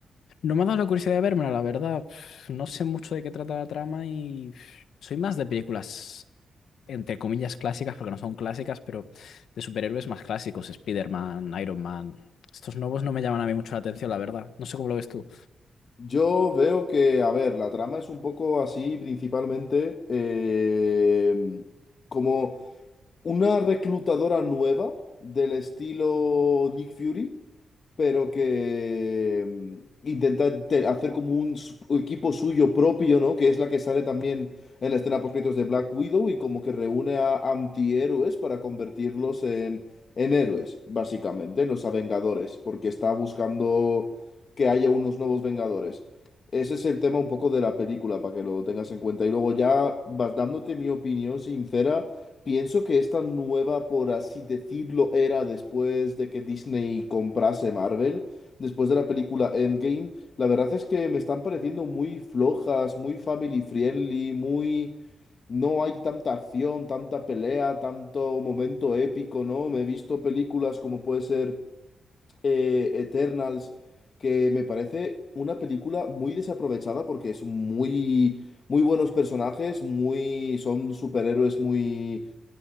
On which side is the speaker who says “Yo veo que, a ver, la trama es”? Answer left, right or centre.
Left